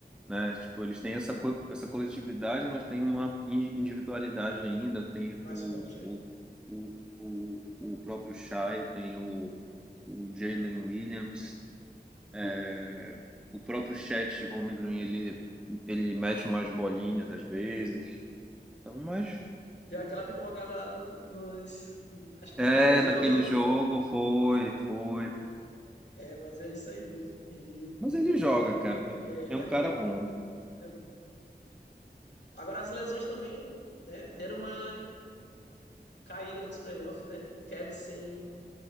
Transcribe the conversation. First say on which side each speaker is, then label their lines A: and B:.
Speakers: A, in the centre; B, on the left.
A: né? Tipo, eles têm essa, co- essa coletividade, mas tem uma in- individualidade ainda, tem
B: mais
A: o,
B: forte. É.
A: o, o, o, o próprio Shai, tem o, o Jalen Williams, é, o próprio Chet Holmgren, ele, ele mete umas bolinhas às vezes, então, mas
B: Deu aquela pipocada lá no, nos, acho que
A: é,
B: no primeiro jogo,
A: naquele
B: né?
A: jogo foi, foi,
B: É, mas é isso aí mesmo. Ele
A: mas ele joga, cara,
B: É, ele
A: é
B: é
A: um
B: bom.
A: cara bom.
B: Ele é bom. Agora as lesões também, né, deram uma caída nos playoffs, né? O Kevin sem